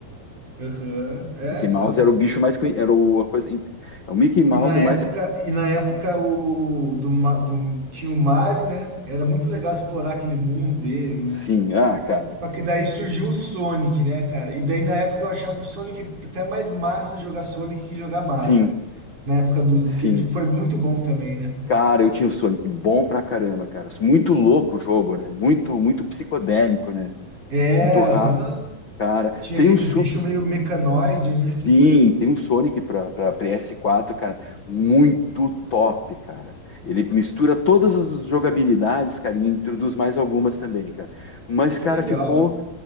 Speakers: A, on the right; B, on the left.
A: Aham. É,
B: Mickey
A: então.
B: Mouse era o bicho mais conhe- era o, a coisa é o Mickey Mouse
A: E na
B: é
A: época,
B: mais
A: e na época o do, Ma- do tinha o Mario, né? Era muito legal explorar aquele mundo dele,
B: sim ah cara
A: Só que daí surgiu o Sonic, né, cara? E daí na época eu achava o Sonic até mais massa jogar Sonic que jogar Mario,
B: sim
A: cara. Na época do
B: sim
A: que ele foi muito bom também, né?
B: cara eu tinha o Sonic bom pra caramba cara muito louco o jogo né muito muito psicodélico né
A: É,
B: muito rápido
A: aham.
B: cara
A: Tinha
B: tem
A: aqueles
B: um su-
A: bichos meio mecanoide, né?
B: Sim, tem um Sonic para P s 4 cara, muito top, cara. Ele mistura todas as jogabilidades, cara, e introduz mais algumas também, cara. Mas,
A: Que
B: cara,
A: legal.
B: ficou